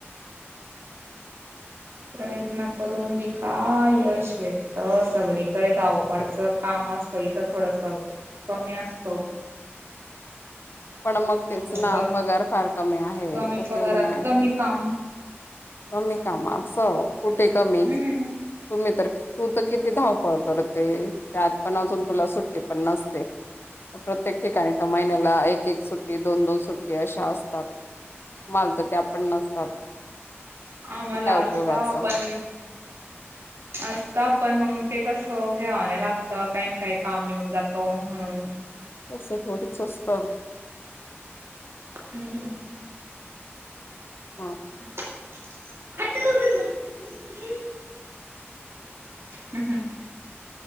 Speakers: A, on the right; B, on the left.
A: प्रयत्न करून बी का यश भेटत, सगळीकडे धावपळचं. काम असत इथं थोडस कमी असतो.
B: <inaudible> पण मग तेच
A: कमी
B: ना
A: प
B: पगार फार कमी आहे,
A: कमी
B: उपयोग
A: पगारात
B: नाही ना.
A: कमी काम
B: कमी काम असं, कुठे कमी
A: हम्म
B: तुम्ही तर तू तर किती धावपळ करते त्यात पण, अजून तुला सुट्टी पण नसते. प्रत्येक ठिकाणी तर महिन्याला एक एक सुट्टी दोन दोन सुट्टी अशा असतात, मला तर त्या पण नसतात.
A: आम्हाला
B: काय उपयोगाच
A: असता पण असता पण, मग ते कसं घ्यावा न लागत काही ना काही काम येऊन जातो म्हणून.
B: तसं थोडीचं असतं.
A: ह ह ह.
B: हा.
A: <unintelligible> ह ह.